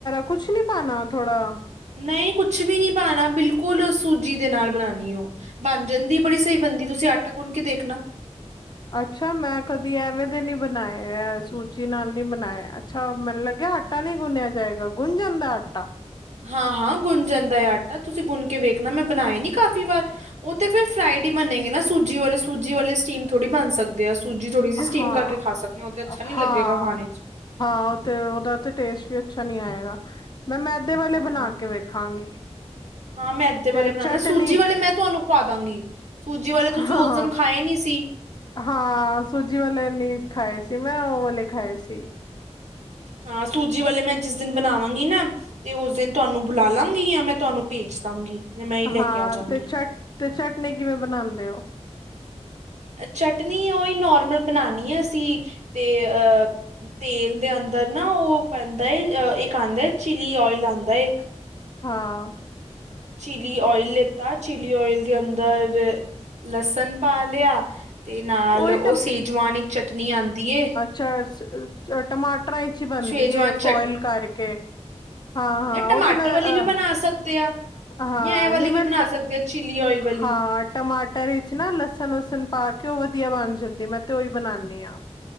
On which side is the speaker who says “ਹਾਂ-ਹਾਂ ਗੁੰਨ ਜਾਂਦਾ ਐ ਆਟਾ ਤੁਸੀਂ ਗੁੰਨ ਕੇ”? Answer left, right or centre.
Right